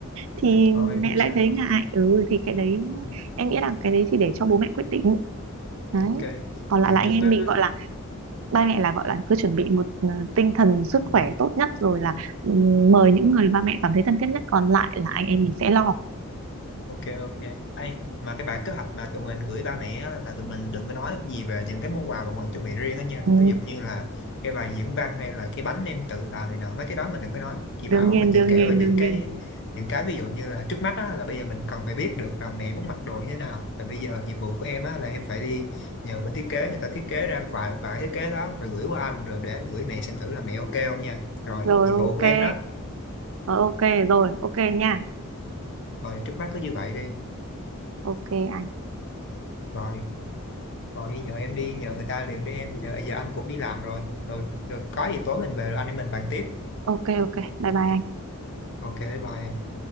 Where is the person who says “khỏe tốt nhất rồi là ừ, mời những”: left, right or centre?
Right